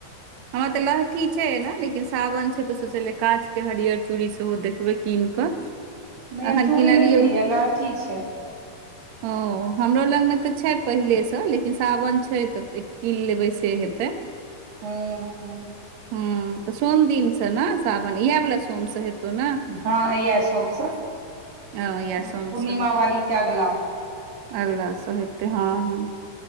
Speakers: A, on the right (about 65°); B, on the right (about 80°).
A: हमर तऽ लहठी छै एना, लेकिन सावन छै तऽ सोचलियै काॅच के हरियर चूड़ी सेहो देखबेै किन कऽ
B: नहि हम
A: अखन
B: चूड़ी
A: किनलियौ
B: नहि लेलियैं यैं लहठी छैय।
A: ओं हमरो लगमे त छैय पहिले स, लेकिन सावन छैय त एक कीन लेबै से हेतै।
B: हम्म हम्म
A: हम्म तऽ सोम दिन स नऽ साावन इहै बला सोम स हेतौ न
B: हँ इएह सोमसँ
A: अ यैह
B: पूर्णिमा
A: सोम सँ हेतौ,
B: वाली के अगला
A: अगिला स हेतै हँ-हँ